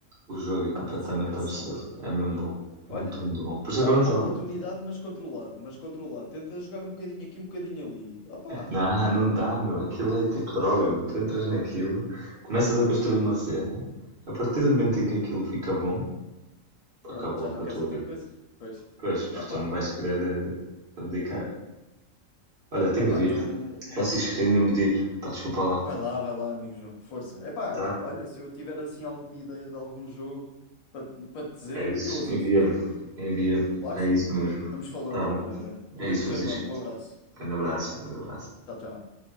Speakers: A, on the right; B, on the left.
A: O jogo é completamente
B: Ah, pá, isso é engraçado,
A: absurdo.
B: pá.
A: É mesmo bom. Muito,
B: Olha,
A: muito bom. Por isso
B: dá
A: é que eu
B: uma
A: não jogo.
B: oportunidade, mas controlado, mas controlado. Tenta jogar um bocadinho aqui, um bocadinho ali. Opá,
A: Não, não dá, meu. Aquilo é tipo droga, meu. Tu entras naquilo, começas a construir uma cena, a partir do momento em que aquilo fica bom, acabou
B: pronto, já não
A: a
B: queres
A: tua
B: outra
A: vida.
B: coisa? Pois.
A: Pois, porque
B: Opá.
A: tu não vais querer eh, abdicar. Olha, tenho
B: Epá,
A: de
B: então,
A: ir.
B: não
A: Francisco,
B: sei.
A: tenho mesmo de ir. Pá, desculpa lá.
B: Vai lá, vai lá, amigo João, força. Epá,
A: Tá?
B: olha, se eu tiver assim alguma ideia de algum jogo para te, para te dizer,
A: É isso.
B: eu aviso-te.
A: Envia-me. Envia-me.
B: Claro
A: É
B: que sim.
A: isso mesmo.
B: Vamos falando,
A: Tá
B: companheiro.
A: bom.
B: Olha, tudo
A: É isso,
B: a correr
A: Francisco.
B: bem. Um abraço.
A: Grande abraço. Grande abraço.
B: Tchau, tchau.